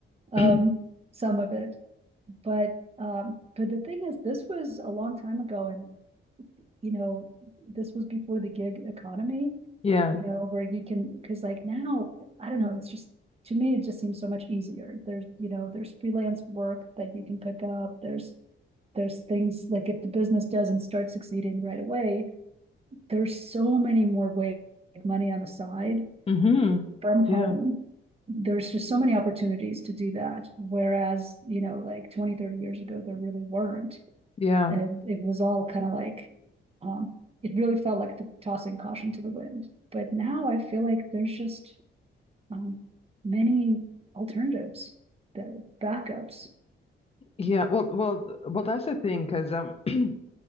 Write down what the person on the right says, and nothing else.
um,
some of it. But um, but the thing is, this was a long time ago, and you know, this was before the gig economy.
You know, where you can because like now, I don't know. It's just to me, it just seems so much easier. There's you know, there's freelance work that you can pick up. There's there's things like if the business doesn't start succeeding right away, there's so many more ways to make money on the side
from home,
there's just so many opportunities to do that. Whereas, you know, like 20, 30 years ago, there really weren't.
And it was all kind of like, um, it really felt like the tossing caution to the wind. But now I feel like there's just um, many alternatives, the backups.